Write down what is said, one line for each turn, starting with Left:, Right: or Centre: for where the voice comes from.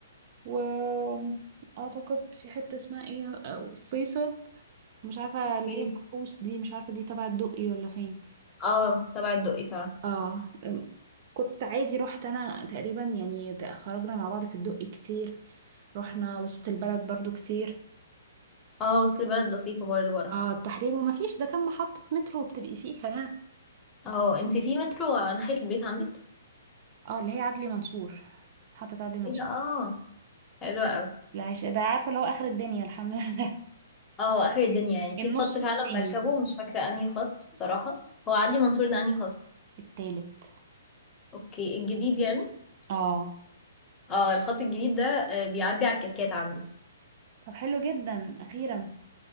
Right: وأعتقد في حتة اسمها إيه أو فيصل مش عارفة اللي
Left: إيه؟
Right: هي الكحوس دي مش عارفة دي تبع الدقي ولا فين
Left: اه تبع الدقي فعلا
Right: آه أم، كنت عادي رحت أنا تقريبا يعني د- خرجنا مع بعض في الدقي كتير رحنا وسط البلد برضو كتير
Left: اه وسط البلد لطيفة برضه بروح
Right: اه التحرير وما فيش ده كان محطة مترو بتبقي فيها ها.
Left: اه انتي في مترو ناحية البيت عندك
Right: اه اللي هي عدلي منصور محطة عدلي منصور
Left: ايه ده اه حلو قوي
Right: العيش ده عارفة اللي هو آخر الدنيا الحمد لله
Left: اه هو اخر الدنيا يعني في
Right: النص
Left: خط فعلا
Right: التاني
Left: بركبه مش فاكره انهي خط بصراحه هو عدلي منصور ده انهي خط
Right: التالت
Left: اوكي الجديد يعني
Right: اه
Left: اه الخط الجديد ده آه، بيعدي على الكتكات عندي
Right: طب حلو جدا اخيرا